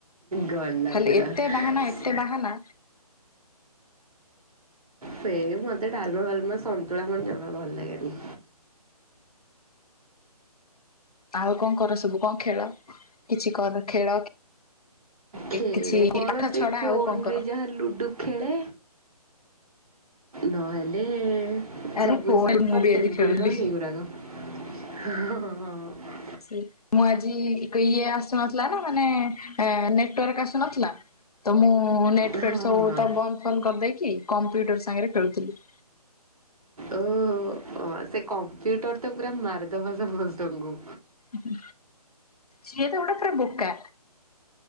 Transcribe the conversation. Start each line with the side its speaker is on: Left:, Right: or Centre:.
Right: ଗଲା
Left: ଖାଲି
Right: ପୁରା
Left: ଏତେ ବାହାନା
Right: ସ
Left: ଏତେ ବାହାନା
Right: ସେ ମୋତେ ଡାଲମା ଫାଲମା ସନ୍ତୁଳା ମତେ ଜମା ଭଲ ଲାଗେନି।
Left: ଆଉ କଣ କର ସବୁ କଣ ଖେଳ କିଛି କର ଖେଳ କି
Right: ଖେଳେ
Left: କିଛି
Right: କଣ
Left: ପାଠ
Right: ସେଇ
Left: ଛଡା
Right: ଫୋନରେ
Left: ଆଉ କଣ କର?
Right: ଯାହା ଲୁଡ଼ୁ ଖେଳେ ନହେଲେ
Left: ଆରେ
Right: ସବୁ
Left: ଫୋନ
Right: ଏ ସରଫର
Left: ମୁଁ ବି
Right: ଟେମ୍ପୁଲ
Left: ଆଜି ଖେଳୁଥିଲି।
Right: ରନ୍ ଏଇଗୁରାକ ହଁ ହଁ ହଁ ହଁ ହଁ
Left: ସି ମୁଁ ଆଜି ଇଏ ଆସୁନଥିଲା ନା ମାନେ ଏଁ ନେଟୱାର୍କ ଆସୁନଥିଲା ତ ମୁଁ ନେଟ
Right: ହଁ ହଁ
Left: ଫେଟ ସବୁ
Right: ହଁ
Left: ତ ବନ୍ଦ ଫନ୍ଦ କରିଦେଇକି କମ୍ପ୍ୟୁଟର ସାଙ୍ଗରେ ଖେଳୁଥିଲି।
Right: ଓହୋ ହଁ ସେ କମ୍ପ୍ୟୁଟର ତ ପୁରା ମାରିଦବ ସମସ୍ତଙ୍କୁ।
Left: ଉଁହୁ ସିଏ ତ ବଡ଼ ପୁରା ବୋକା।